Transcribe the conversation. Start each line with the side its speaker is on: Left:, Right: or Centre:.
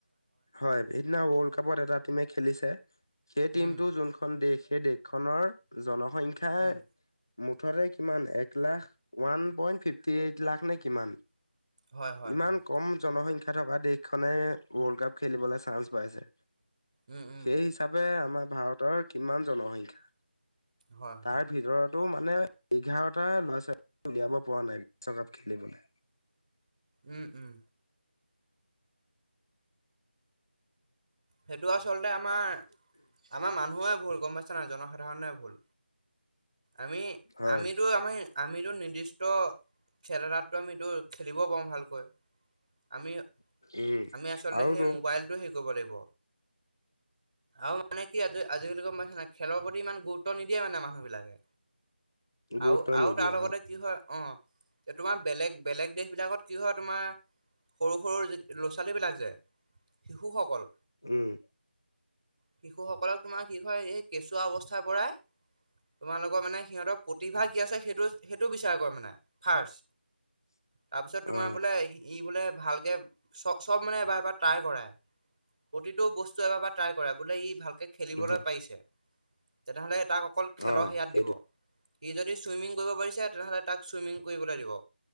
Left: হয়। সিদিনাও কাপত এটা টিমে খেলিছে সেই টিমটো
Right: উম
Left: যোনখন দেশ সেই দেশখনৰ জন সংখ্যা
Right: উম
Left: মুঠতে কিমান, এক lakh one point fifty eight lakh নে কিমান।
Right: হয় হয়
Left: ইমান
Right: হয়
Left: কম জনসংখ খা থকা দেশখনে ৱৰ্ল্ড কাপ খেলিবলৈ চান্স পাইছে।
Right: উম উম
Left: সেই হিচাপে আমাৰ ভাৰতৰ কিমান জনসংখ্যা
Right: হয় হয়
Left: তাৰ ভিতৰত ত' মানে এঘাৰটা ল'ৰা ছোৱালী উলিয়াব পৰা নাই বিশ্বকাপ খেলিবলে।
Right: উম-উম। হেইটো আছ চলতে আমাৰ, আমাৰ মানুহৰে ভুল, গম পাইছ <unintelligible> জনসাধাৰণে ভুল। আমি,
Left: হয়
Right: আমিতো আমি আমিতো নিৰ্দিষ্ট খেল এটাতটো আমিটো খেলিব পাৰো ভালকৈ। আমি-আমি
Left: উম
Right: আচলতে
Left: আৰুতো
Right: সেই মোবাইলটো সেই কৰিব লাগিব, আৰু মানে কি আজ আজিকালি গম পাইছে নাই, খেলৰ প্ৰতি ইমান গুৰুত্ব নিদিয়ে মানে মানুহবিলাকে।
Left: গুৰুত্ব
Right: আউ-আউ
Left: নিদিয়ে
Right: তাৰ লগতে কি হয়, অ এ তোমাৰ বেলেগ-বেলেগ দেশ বিলাকত কি হয় তোমাৰ সৰু-সৰু যি ল'ৰা-ছোৱালীবিলাক যে, শিশুসকল
Left: উম।
Right: শিশুসকলক তোমাৰ কি হয় এই কেঁচুৱা অৱস্থাৰ পৰাই, তোমালোকৰ মানে সিহঁতক প্ৰতিভা কি আছে সেইটো-সেইটো বিচাৰ কৰে মানে, ফাৰ্ষ্ট। তাৰপিছত তোমাৰ
Left: হয়
Right: বোলে ই বোলে ভালকে চ চব মানে এবাৰ-এবাৰ ট্ৰাই কৰাই, প্ৰতিটো বস্তু এবাৰ-এবাৰ ট্ৰাই কৰাই, বোলে ই ভাল কে খেলিবলৈ
Left: হয়
Right: পাৰিছে। তেনেহ'লে তাক অকল খেলৰ
Left: অ
Right: হেয়াত
Left: সেইটো
Right: দিব। ই যদি চুইমিং কৰিব পাৰিছে, তেনেহ'লে তাক চুইমিং কৰিবলৈ দিব,